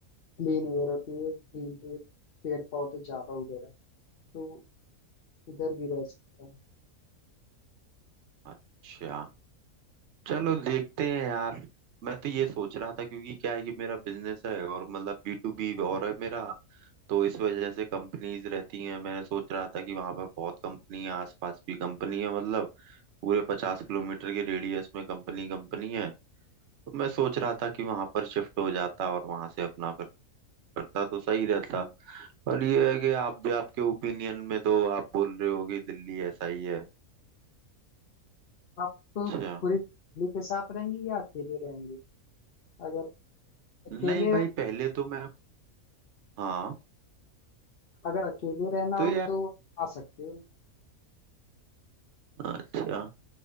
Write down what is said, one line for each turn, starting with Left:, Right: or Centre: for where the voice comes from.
Left: प्लेन एयर होती है ग्रीन पेड़ पौधे ज्यादा उधर है तो उधर भी रह सकते हैं
Right: अच्छा चलो देखते हैं यार मैं तो ये सोच रहा था क्योंकि क्या है कि मेरा बिजनेस है और मतलब बी टू बी और है मेरा तो इस वजह से कंपनीज रहती हैं मैंने सोच रहा था कि वहां पर बहुत कंपनी है आसपास भी कंपनी है मतलब पूरे पचास किलोमीटर के रेडियस में कंपनी कंपनी है तो मैं सोच रहा था कि वहां पर शिफ्ट हो जाता और वहां से अपना फिर करता तो सही रहता पर ये है कि आप भी आपके ओपिनियन में दो आप बोल रहे हो कि दिल्ली ऐसा ही है
Left: आप तो
Right: अच्छा
Left: पूरी फैमिली के साथ रहेंगे या अकेले रहेंगे अगर अकेले
Right: नहीं भाई पहले तो मैं हाँ
Left: अगर अकेले रहना
Right: तो
Left: हो
Right: यार
Left: तो आ सकते हो
Right: अच्छा